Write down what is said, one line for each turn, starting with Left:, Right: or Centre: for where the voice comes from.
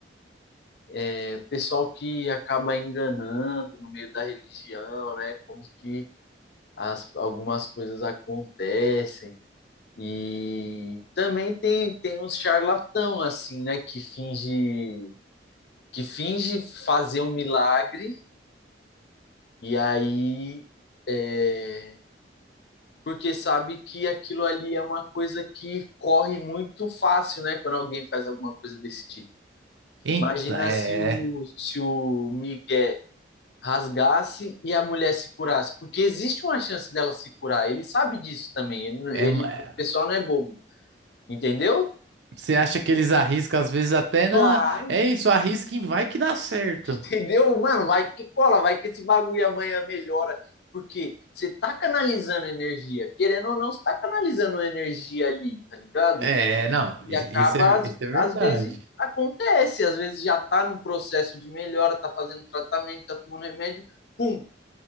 Left: é, o pessoal que acaba enganando no meio da religião, né? Como que as, algumas coisas acontecem. E também tem, tem uns charlatão assim, né, que finge que finge fazer um milagre e aí é, porque sabe que aquilo ali é uma coisa que corre muito fácil, né, quando alguém faz alguma coisa desse tipo.
Right: Eita,
Left: Imagina
Right: é,
Left: se o se o Miguel rasgasse e a mulher se curasse, porque existe uma chance dela se curar. Ele sabe disso também. Ele,
Right: é,
Left: ele
Right: ma-
Left: o pessoal não é bobo, entendeu?
Right: Você acha que eles arriscam, às vezes até
Left: Claro,
Right: na. É isso, arrisca e vai que dá certo.
Left: Entendeu? Mano, vai que cola, vai que esse bagulho amanhã melhora. Porque você tá canalizando energia. Querendo ou não, você tá canalizando energia ali, tá ligado?
Right: É, não,
Left: E
Right: i-
Left: acaba,
Right: isso é,
Left: às,
Right: isso é verdade.
Left: às vezes, acontece. Às vezes já tá num processo de melhora, tá fazendo tratamento, tá tomando remédio. Pum,